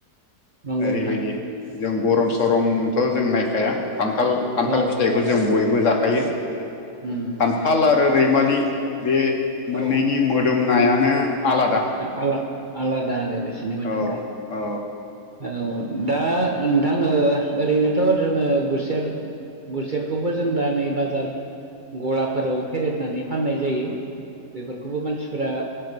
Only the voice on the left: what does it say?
ओरैबायदि
जों गरम सरम जों नायखाया खान्थाल खान्थाल
फिथाइखौ
जों बयबो जाखायो।
थाल आरो रैमालि बे मोननैनि
मोदोमनायानो आलादा।
औ औ